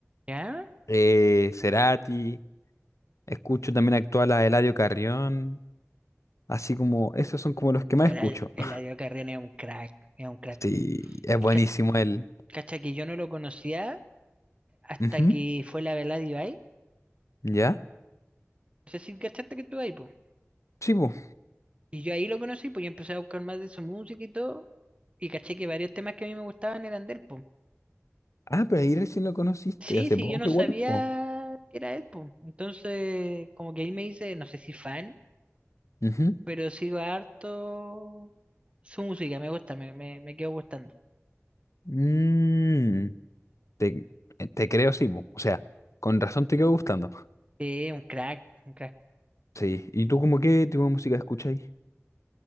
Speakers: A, on the right; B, on the left.
A: ¿Ya?
B: eh, Cerati, escucho también actual a Eladio Carrión, así como, esos son como los que más
A: El,
B: escucho.
A: Eladio Eladio
B: <laughs>
A: Carrión es un crack, es un crack.
B: Sí, es buenísimo
A: Ca-
B: él.
A: Cacha que yo no lo conocía hasta
B: Ujú,
A: que fue la velada de Eladio
B: ¿Ya?
A: No sé si cachaste que estuvo ahí, pues.
B: Sí, po.
A: Y yo ahí lo conocí, pues yo empecé a buscar más de su música y todo. Y caché que varios temas que a mí me gustaban eran de él,
B: Ah, pero ahí recién lo conociste,
A: Sí,
B: hace
A: sí,
B: poco
A: yo no sabía
B: igual, po.
A: que era él, po. Entonces, como que ahí me hice, no sé si fan,
B: Ujú.
A: pero sigo harto su música, me gusta, me, me, me quedo gustando.
B: Mm, te, eh, te creo, sí, po. O sea, con razón te quedó gustando.
A: Sí, un crack, un crack.
B: Sí. ¿Y tú como qué tipo de música escucháis?